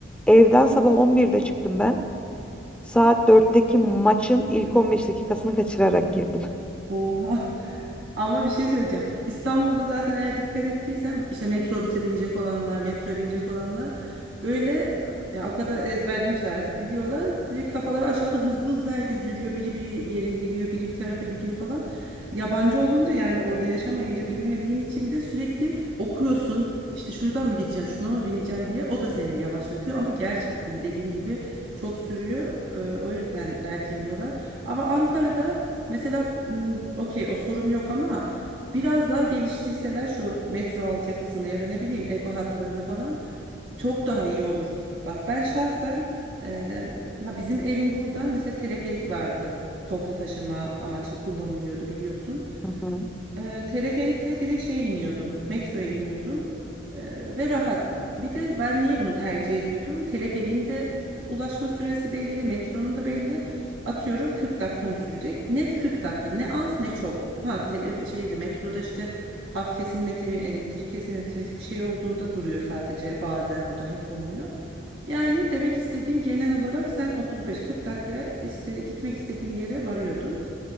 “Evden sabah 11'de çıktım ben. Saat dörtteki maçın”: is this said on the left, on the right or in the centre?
Centre